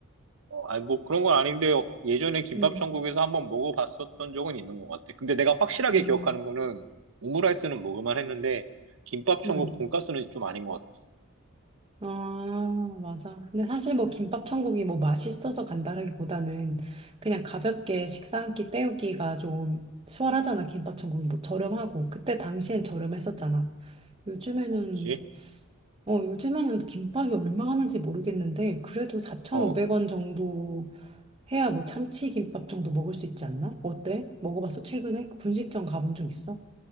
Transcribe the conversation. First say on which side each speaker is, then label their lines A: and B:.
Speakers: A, on the right; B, on the right.
A: 어, 아니 뭐 그런 건 아닌데 예전에 김밥
B: 음,
A: 천국에서 한번 먹어봤었던 적은 있는 것 같아. 근데 내가 확실하게
B: 음,
A: 기억하는 거는 오므라이스는 먹을만 했는데 김밥 천국
B: 음.
A: 돈가스는 좀 아닌 것 같아.
B: 아, 맞아. 근데 사실 뭐 김밥 천국이 뭐 맛있어서 간다라기보다는 그냥 가볍게 식사 한 끼 때우기가 좀 수월하잖아. 김밥 천국이 뭐 저렴하고. 그때 당시엔 저렴했었잖아. 요즘에는,
A: 그치?
B: 어, 요즘에는 김밥이 얼마 하는지 모르겠는데 그래도 4,500원
A: 어,
B: 정도 해야 뭐 참치 김밥 정도 먹을 수 있지 않나? 어때? 먹어봤어? 최근에 분식점 가본 적 있어?